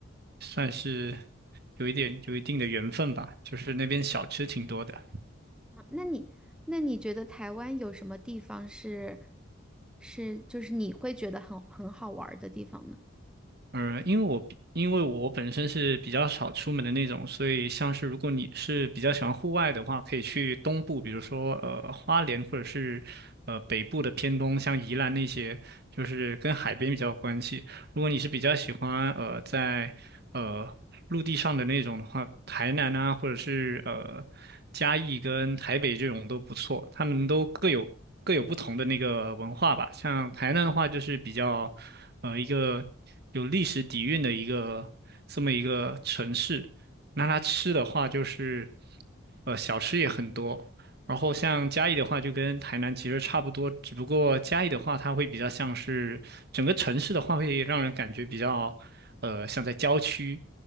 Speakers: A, on the right (about 50°); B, in the centre.
A: 算是有一点有一定的缘分吧，就是那边小吃挺多的。
B: 啊那你那你觉得台湾有什么地方是是就是你会觉得很很好玩儿的地方呢？
A: 嗯，因为我因为我本身是比较少出门的那种，所以像是如果你是比较喜欢户外的话，可以去东部，比如说呃花莲或者是呃北部的偏东，像宜兰那些，就是跟海边比较有关系。如果你是比较喜欢呃在呃陆地上的那种的话，台南啊或者是呃嘉义跟台北这种都不错，他们都各有各有不同的那个文化吧。像台南的话，就是比较。呃一个有历史底蕴的一个这么一个城市。那它吃的话，就是呃小吃也很多，然后像嘉义的话，就跟台南其实差不多，只不过嘉义的话，它会比较像是整个城市的话，会让人感觉比较，呃，像在郊区。